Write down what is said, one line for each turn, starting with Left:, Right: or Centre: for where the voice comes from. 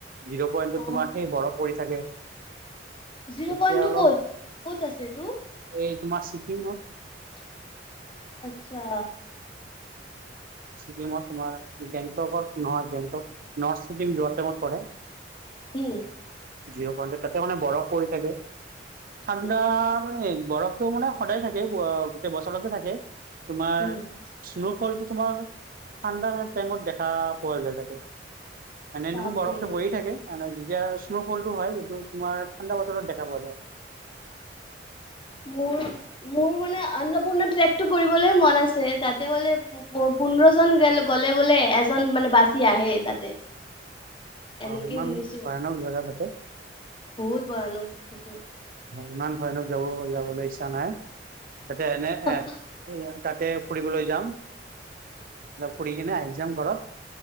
Right: জিৰ' পইণ্টত
Left: অ
Right: তোমাৰ সেই বৰফ পৰি থাকে
Left: জিৰ'
Right: এতিয়া
Left: পইণ্ট
Right: অলপ
Left: টো ক'ত ক'ত আছে এটো
Right: এই তোমাৰ ছিকিমত
Left: আচ্ছা
Right: ছিকিকিমত তোমাৰ গেংটকত নহয় গেংটক নৰ্থ ছিকিম যোৱা টাইমত পৰে
Left: উম
Right: জিৰৌ পইণ্টত তাতে মানে বৰফ পৰি থাকে ঠাণ্ডা
Left: অ
Right: মানে বৰফ টো মানে সদায় থাকে গোটেই বছৰতে থাকে তোমাৰ
Left: উম
Right: স্ন' ফলটো তোমাৰ ঠাণ্ডা টাইমত দেখা পোৱা যায় তাতে এনে
Left: বাপৰে
Right: নহয় বৰফ বয় থাকে যেতিয়া স্নোফল টো হয় যিটো তোমাৰ ঠাণ্ডা বতৰত দেখা পোৱা যায়
Left: মোৰ মোৰ মানে অন্নপূৰ্ণ ট্ৰেকটো কৰিবলৈ মন আছে তাতে ফুলে পোন্ধৰ জন গ'লে বোলে এজন মানে বাচি আহে তাতে এনেকেই
Right: অ ইমান
Left: শুনিছো
Right: ভয়ানক জেগা তাতে
Left: বহুত ভয়ানক সেইটো
Right: ইমান ভয়ানক যাব যাবলৈ ইচ্ছা নাই তাতে এনে এ
Left: অ অ
Right: তাতে ফুৰিবলৈ যাম ফুৰি কিনে আহি যাম ঘৰত